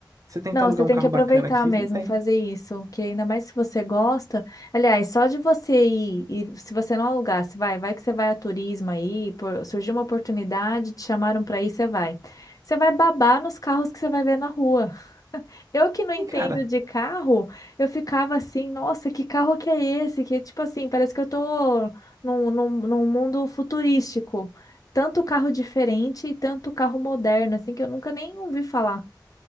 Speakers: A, on the right; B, on the left.
A: Você tentar
B: Não,
A: alugar
B: você tem
A: um carro
B: que aproveitar
A: bacana aqui,
B: mesmo,
A: não tem.
B: fazer isso, que ainda mais se você gosta. Aliás, só de você ir, e se você não alugasse, vai, vai que você vai a turismo aí, por- surgiu uma oportunidade, te chamaram para ir, você vai. Você vai babar nos carros que você vai ver na rua. Eu que não entendo
A: Sim, cara.
B: de carro, eu ficava assim, nossa, que carro que é esse? Que tipo assim, parece que eu tô num, num, num mundo futurístico. Tanto carro diferente e tanto carro moderno, assim, que eu nunca nem ouvi falar.